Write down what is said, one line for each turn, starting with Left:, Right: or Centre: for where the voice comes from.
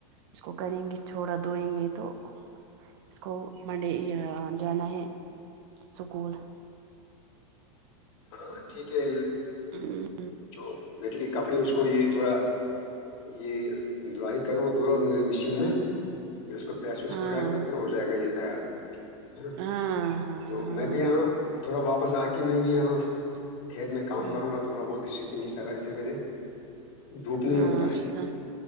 Right: اس کو کریں گے چھوڑا دھوئیں گے تو اس کو منڈے یہ جانا ہے سکول
Left: ہاں ٹھیک ہے
Right: ہاں
Left: جو بیٹے کے کپڑے اس کو یہ تھوڑا یہ ڈرائی کرو دوورو مے مشین میں پھر اس کو پریس ویس
Right: ہاں
Left: ہو جائے گا تو پھر ہو جائے گا یہ تیار ہے
Right: ہاں ہاں
Left: تو میں بھی یہاں تھوڑا واپس آ کے میں بھی یہاں کھیت میں کام
Right: ہاں
Left: کروں گا تھوڑا بہت شیکیں گی سویرے سویرے دھوپ نہیں
Right: ہاں
Left: ہوتا
Right: اچھا
Left: ہے